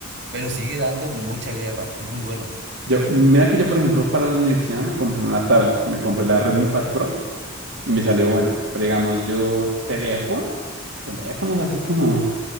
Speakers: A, on the right; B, on the right.
A: Pero sigue dando mucha guerra, es muy bueno.
B: Yo, mira que yo, por ejemplo, para la universidad me compré una tablet, me compré la Redmi Pad Pro y me salió buena. Pero digamos, yo teléfonos, teléfonos así como